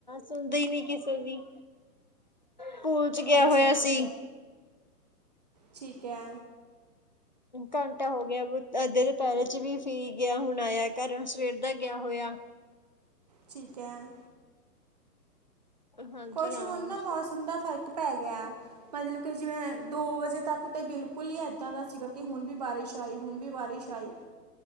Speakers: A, on the left; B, on the right.
A: ਸੁਣਦੇ ਹੀ ਨੀ ਕਿਸੇ। ਕਿਸੇ ਦੀ। ਸਕੂਲ ਚ ਗਿਆ
B: ਅੱਛਾ
A: ਹੋਇਆ ਸੀ?
B: ਠੀਕ ਹੈ।
A: ਘੰਟਾ ਹੋ ਗਿਆ ਅੱਧੇ ਦੁਪਹਿਰੇ ਚ ਵੀ ਫੇਰੀ ਗਿਆ ਹੁਣ ਆਇਆ ਘਰ ਸਵੇਰ ਦਾ ਗਿਆ ਹੋਇਆ?
B: ਠੀਕ ਹੈ।
A: ਹਾਂਜੀ
B: ਕੁਛ
A: ਹਾਂ
B: ਹੁਣ ਨਾ ਮੌਸਮ ਦਾ ਫ਼ਰਕ ਪੈ ਗਿਆ ਮਤਲਬ ਕਿ? ਜਿਵੇਂ। ਦੋ ਵਜੇ ਤੱਕ ਤੇ ਬਿਲਕੁਲ ਹੀ ਇੱਦਾਂ ਦਾ ਸੀਗਾ ਕਿ ਹੁਣ ਵੀ ਬਾਰਿਸ਼ ਆਈ ਹੁਣ ਵੀ ਬਾਰਿਸ਼ ਆਈ